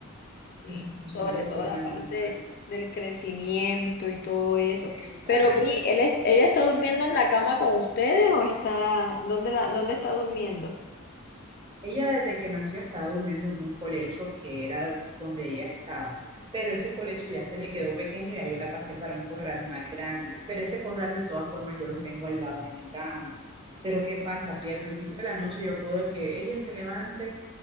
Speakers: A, on the left; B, on the right.
A: sí,
B: de sus funciones
A: sobre
B: de
A: todo
B: forma
A: la
B: normal.
A: parte del crecimiento y todo eso.
B: Exacto.
A: Pero Pri, ¿él es- ¿ella está durmiendo en la cama con ustedes o está... Está, ¿dónde la, dónde está durmiendo?
B: Ella desde que nació estaba durmiendo en un colecho que era donde ella estaba, pero ese colecho ya se le quedó pequeño y ya yo la pasé para un corral más grande, pero ese corral de todas formas yo lo tengo al lado de mi cama. Pero ¿qué pasa, Pri? Al principio de la noche yo puedo que ella se levante